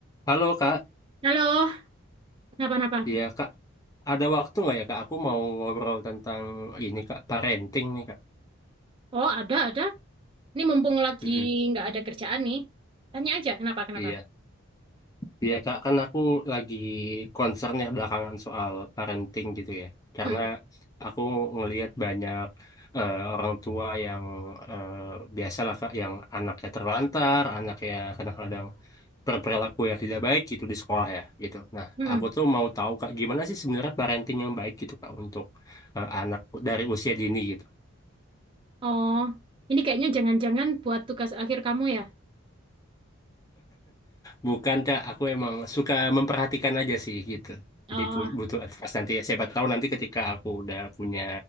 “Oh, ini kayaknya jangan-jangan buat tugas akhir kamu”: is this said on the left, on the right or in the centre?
Right